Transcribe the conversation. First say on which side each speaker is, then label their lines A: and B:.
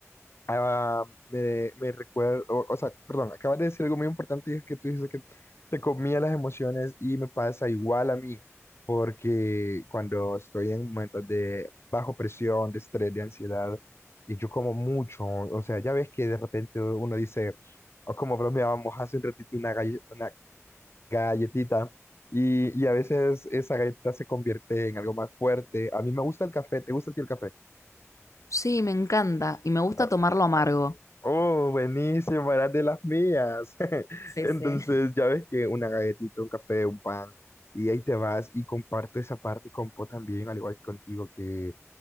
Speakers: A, on the left; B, on the left.
A: Ah, me, me recuerdo, o, o sea, perdón, acabas de decir algo muy importante y es que tú dices que te comía las emociones y me pasa igual a mí, porque cuando estoy en momentos de bajo presión, de estrés, de ansiedad, y yo como mucho, o sea, ya ves que de repente uno dice, o como bromeábamos hace un ratito, una, galle- una galletita, y, y a veces esa galletita se convierte en algo más fuerte. A mí me gusta el café, ¿te gusta a ti el café?
B: Sí, me encanta y me gusta
A: Ah,
B: tomarlo amargo.
A: Oh, buenísimo, eras de las mías. <laughs>
B: Sí,
A: Entonces,
B: sí.
A: ya ves que una galletita, un café, un pan, y ahí te vas y comparto esa parte con Po también, al igual que contigo, que